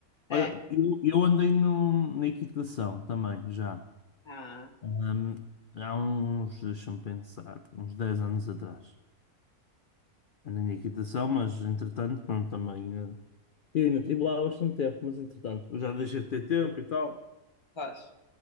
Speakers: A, on the left (about 20°); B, on the left (about 70°).
A: É.
B: Olha, eu, eu andei no, na equitação também, já.
A: Ah,
B: Hum, há uns, deixa-me pensar, uns 10 anos atrás. Andei na equitação, mas entretanto, pronto, também. eh, Eu ainda estive lá bastante tempo, mas entretanto, eu já deixei de ter tempo e tal,
A: pois.